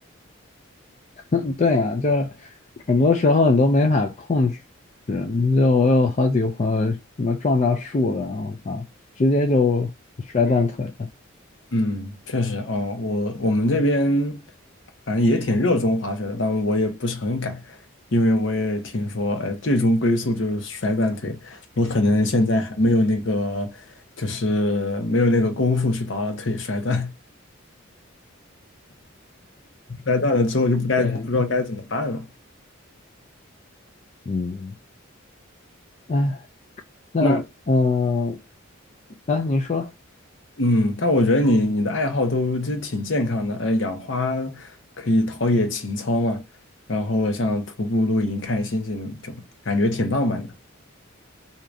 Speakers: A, on the left; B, on the left.
A: <laughs> 对呀，就是很多时候你都没法控制。嗯就我有好几个朋友什么撞到树了，我靠，直接就摔断腿了。
B: 嗯，确实哦，我我们这边反正也挺热衷滑雪的，但我也不是很敢，因为我也听说，呃，最终归宿就是摔断腿，我可能现在还没有那个，就是没有那个功夫去把我的腿摔断，<laughs> 摔断了之后就不该不知道该怎么办了。
A: 对，嗯，哎，那嗯。
B: 那
A: 呃啊，你说，
B: 嗯，但我觉得你你的爱好都其实挺健康的，呃，养花可以陶冶情操嘛，然后像徒步、露营、看星星，就感觉挺浪漫的。